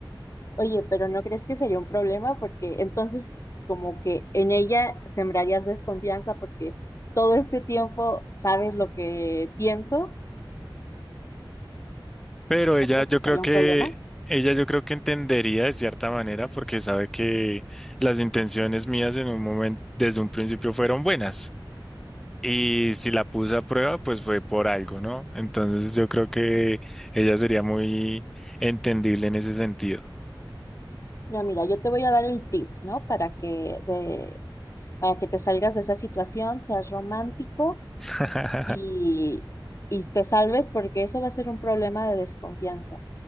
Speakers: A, on the left; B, in the centre.
A: Oye, pero ¿no crees que sería un problema? Porque entonces como que en ella sembrarías desconfianza porque todo este tiempo sabes lo que pienso.
B: Pero ella,
A: ¿No crees
B: yo
A: que
B: creo
A: sería
B: que,
A: un problema?
B: ella yo creo que entendería de cierta manera porque sabe que las intenciones mías en un momento, desde un principio fueron buenas. Y si la puse a prueba, pues fue por algo, ¿no? Entonces yo creo que ella sería muy entendible en ese sentido.
A: Pero mira, yo te voy a dar el tip, ¿no? Para que, de, para que te salgas de esa situación, seas romántico
B: <laughs>
A: y, y te salves, porque eso va a ser un problema de desconfianza.